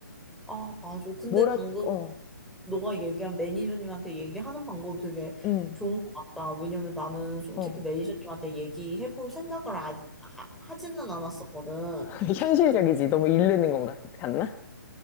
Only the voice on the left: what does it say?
뭐랄,
어,
응,
어.
<laughs> 현실적이지. 너무 이르는 건 같, 같나?